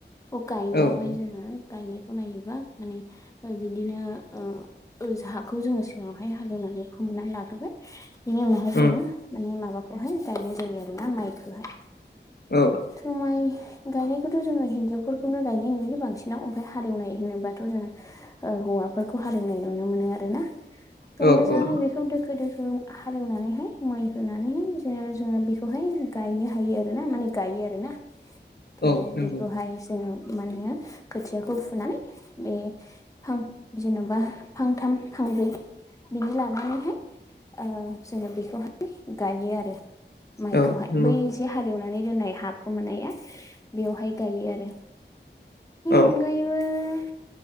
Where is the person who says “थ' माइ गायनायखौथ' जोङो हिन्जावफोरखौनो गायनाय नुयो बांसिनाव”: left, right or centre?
Left